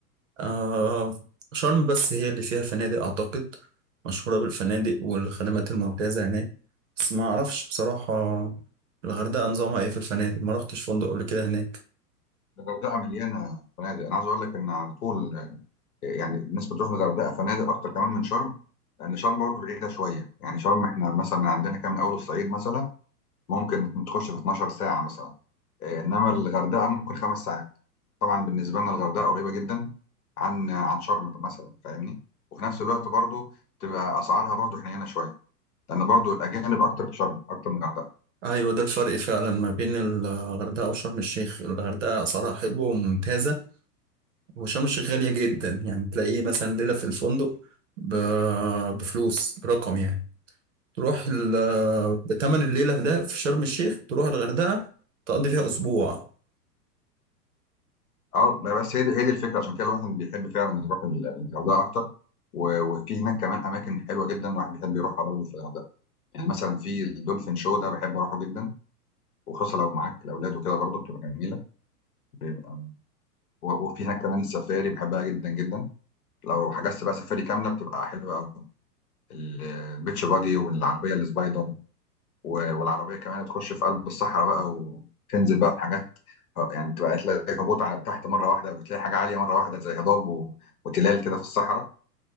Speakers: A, on the right; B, on the left.
A: آه شرم بس هي اللي فيها فنادق أعتقد مشهورة بالفنادق والخدمات الممتازة هناك بس ما أعرفش بصراحة الغردقة نظامها إيه في الفنادق ما رحتش فندق قبل كده هناك
B: الغردقه مليانه فنادق انا عايز اقول لك ان على طول يعني الناس بتروح الغردقه فنادق اكتر كمان من شرم لان شرم برضه بعيده شويه يعني شرم احنا مثلا من عندنا كام من اول الصعيد مثلا ممكن تخش في 12 ساعه مثلا إيه، انما الغردقه ممكن خمس ساعات طبعا بالنسبه لنا الغردقه قريبه جدا عن عن شرم مثلا فاهمني وفي نفس الوقت برضه تبقى اسعارها برضه حنينه شويه لان برضو الاجانب اكتر في شرم اكتر من الغردقه
A: أيوة ده الفرق فعلا ما بين الغردقة وشرم الشيخ الغردقة أسعارها حلوة وممتازة وشرم الشيخ غالية جدا يعني تلاقيه مثلا ليلة في الفندق ب- بفلوس برقم يعني تروح ال- بتمن الليلة في ده في شرم الشيخ تروح الغردقة تقضي فيها أسبوع
B: اه ما بس هي دي هي دي الفكره عشان كده الواحد بيحب فعلا يروح ال- الغردقه اكتر و- وفي هناك كمان اماكن حلوه جدا الواحد بيحب يروحها برضه في الغردقه يعني مثلا في الدولفين شو ده بحب اروحه جدا وخصوصا لو معاك الاولاد وكده برضه بتبقى جميله بيبقى و- وفي هناك كمان السفاري بحبها جدا جدا لو حجزت بقى سفاري كامله بتبقى حلوه قوي ال- البيتش باجي والعربيه السبايدر و- والعربيه كمان بتخش في قلب الصحراء بقى وتنزل بقى بحاجات اه يعني تبقى تلاقي هبوط على تحت مره واحده وبتلاقي حاجه عاليه مره واحده زي هضاب و... وتلال كده في الصحراء